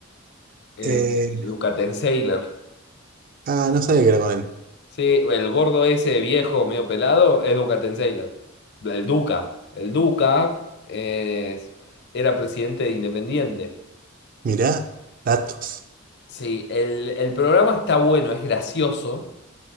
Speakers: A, on the left; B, on the right.
A: eh,
B: Eh,
A: Luca Tenseiler.
B: ah, no sabía qué era con él.
A: Sí, el gordo ese viejo, medio pelado, es Duca Tenseiler. El Duca. El Duca es- era presidente de Independiente.
B: Mirá, datos.
A: Sí, el, el programa está bueno, es gracioso.